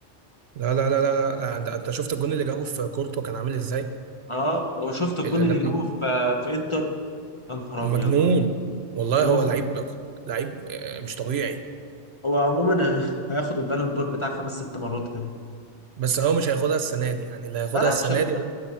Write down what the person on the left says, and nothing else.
اه وشفت الجون
اللي جابه في في انتر يا نهار
ابيض
جابه
في-
هو عموما هياخد البالون دور بتاع خمس ست مرات كده
لا لا
مش هياخدها.